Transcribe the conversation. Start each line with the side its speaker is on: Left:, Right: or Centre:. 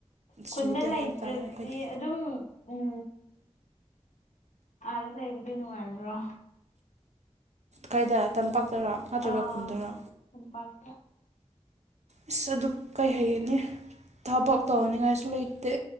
Left: ꯈꯨꯟꯗ
Right: ꯁꯨꯗꯦ
Left: ꯂꯩꯇ꯭ꯔꯗꯤ
Right: ꯍꯥꯏꯕ ꯇꯥꯔꯦ ꯑꯩꯈꯣꯏꯗꯤ
Left: ꯑꯗꯨꯝ ꯎꯝ ꯑꯥꯗ ꯂꯩꯕꯗꯤ ꯅꯨꯡꯉꯥꯏꯕ꯭ꯔꯣ
Right: ꯀꯥꯏꯗ ꯇꯝꯄꯥꯛꯇꯔꯣ ꯅꯠꯇ꯭ꯔꯒ
Left: ꯑꯥ
Right: ꯈꯨꯟꯗꯔꯣ
Left: ꯇꯝꯄꯥꯛꯇ
Right: ꯏꯁ ꯑꯗꯨꯛ ꯀꯩꯍꯥꯏꯅꯤ ꯊꯕꯛ ꯇꯧꯍꯅꯤꯡꯉꯥꯏꯁꯨ ꯂꯩꯇꯦ